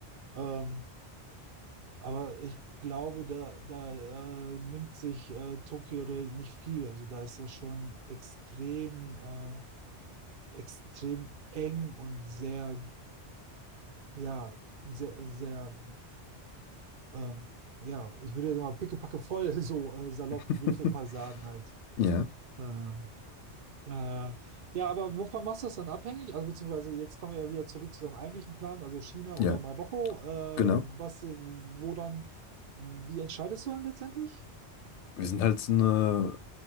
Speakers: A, on the right; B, on the left.
A: Ähm, aber ich glaube, da, da äh, nimmt sich äh, Tokio da nicht viel. Also da ist ja schon extrem, äh, extrem eng und sehr, ja, sehr, sehr, äh, ähm, ja, ich würde jetzt mal pickepacke voll, <laughs> so äh, salopp
B: <laughs>
A: würde ich das mal sagen halt.
B: Ja,
A: Ähm, Äh, ja, aber wovon machst du das dann abhängig? Also beziehungsweise jetzt kommen wir ja wieder zurück zu deinem eigentlichen Plan, also China oder
B: ja,
A: Marokko.
B: genau.
A: Äh, was, äh, woran, wie entscheidest du dann letztendlich?
B: Wir sind halt so eine